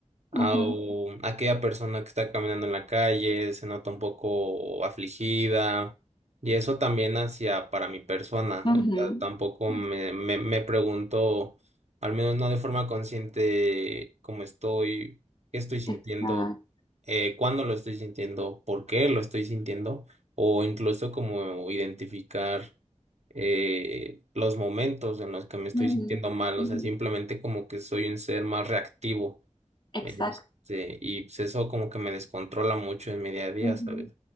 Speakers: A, on the right (about 65°); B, on the left (about 40°).
A: Ah,
B: ujú,
A: o aquella persona que está caminando en la calle se nota un poco afligida. Y eso también hacia para mi persona.
B: ujú,
A: O sea, tampoco
B: ujú.
A: me, me, me pregunto, al menos no de forma consciente, cómo estoy, qué estoy sintiendo,
B: Exacto.
A: eh, cuándo lo estoy sintiendo, por qué lo estoy sintiendo, o incluso como identificar eh, los momentos en los que me estoy
B: ujú,
A: sintiendo mal,
B: ujú,
A: o sea, simplemente como que soy un ser más reactivo,
B: Exacto.
A: este, y pues eso como que me descontrola mucho en mi día a día,
B: ujú.
A: ¿sabes?